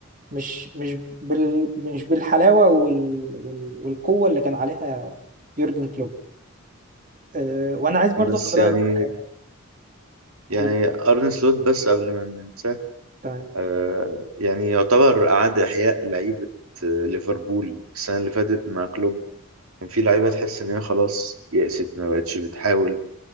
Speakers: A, on the right; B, on the right.
A: مش مش بال مش بالحلاوه وال وال والقوه اللي كان عليها يورجن كلوب آه وانا عايز برضه
B: بس
A: اخد رايك
B: يعني
A: في حاجه
B: يعني
A: هو
B: ارن سلوت بس قبل ما ننساه
A: تمام
B: آه، يعني يعتبر اعاد احياء لعيبة آه، ليفربول السنة اللي فاتت مع كلوب كان في لعيبة تحس إن هي خلاص يأست ما بقتش بتحاول